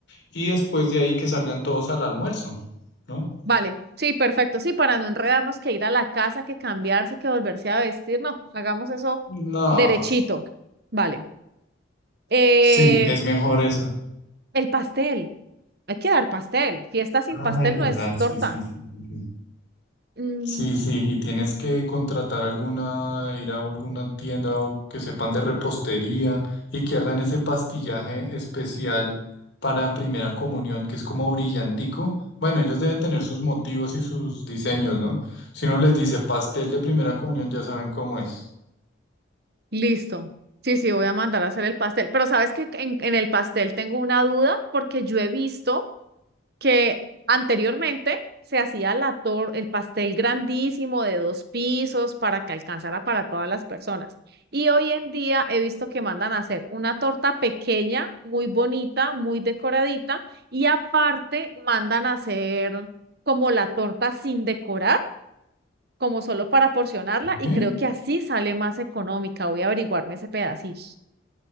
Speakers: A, on the left (about 60°); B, on the right (about 50°).
A: y después de ahí que salgan todos al almuerzo, ¿no?
B: Vale, sí, perfecto. Sí, para no enredarnos, que ir a la casa, que cambiarse, que volverse a vestir. No, hagamos eso
A: No,
B: derechito. Vale. Eh,
A: sí, es mejor eso.
B: el pastel. Hay que dar pastel. Fiesta sin
A: Ay,
B: pastel
A: de
B: no
A: verdad,
B: es torta.
A: sí, sí, sí, sí, sí,
B: Mm,
A: Sí, sí, y tienes que contratar alguna, ir a alguna tienda o que sepan de repostería y que hagan ese pastillaje especial para Primera Comunión, que es como brillantico. Bueno, ellos deben tener sus motivos y sus diseños, ¿no? Si uno les dice pastel de Primera Comunión, ya saben cómo es.
B: listo. Sí, sí, voy a mandar a hacer el pastel. Pero sabes que en, en el pastel tengo una duda porque yo he visto que anteriormente se hacía la tor- el pastel grandísimo de dos pisos para que alcanzara para todas las personas. Y hoy en día he visto que mandan a hacer una torta pequeña, muy bonita, muy decoradita, y aparte mandan a hacer como la torta sin decorar, como solo para porcionarla, y
A: ¿Sí?
B: creo que así sale más económica. Voy a averiguarme ese pedacito.